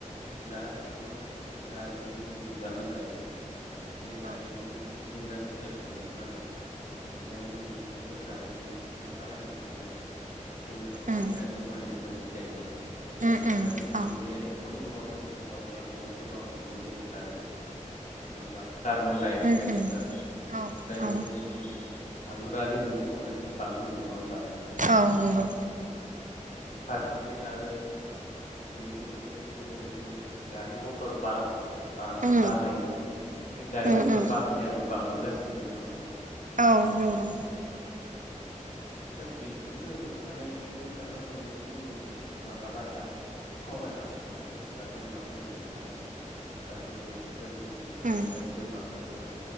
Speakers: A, on the left (about 70°); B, on the right (about 75°).
A: दा थारमाने दारिमिन मुगा नालाय बे दारिमिन
B: औ
A: इन्डासट्रियेल जुग नालाय ओंखायनो मोनफ्रोमबो दारिमिनखौ सालायनो थाखाय जोंनो
B: उम
A: खनियारि मुवानि गोनांथि जायो नङा होमबा?
B: उम
A: दा
B: उम
A: बे
B: औ
A: जिबियारि खनि मुवाखौ फोरखौ सावब्ला बेयाव गोबां उखुन्दै ओंखारो। नङा होमबा? कार्बन डाइ अक्साइद
B: उम उम
A: ओंखारो। जाय
B: औ औ
A: जोंनि बे हालुरारि दुंखावनायखौ बांहोयो नङा होमबा?
B: औ नंगौ
A: फारसेथिं आरो बेबो मोनसे जोंनि बे गारि मटर बा बा
B: उम
A: बाहायनाय बे गारि
B: उम
A: मथर
B: उम
A: बाहायनायाबो बांबोगासि दङ नङा होनोमबा?
B: औ नंगौ।
A: दा बेफोरफोरखो होबथानायनि मायबा मोननैसो जों माबा राहा सावरायनो हागौमोन नामा? दा जों माबायदि होबथानो हागोन दा जोङो बेफोरबायदि दुंखावनाया
B: उम
A: जे बांबाय एबा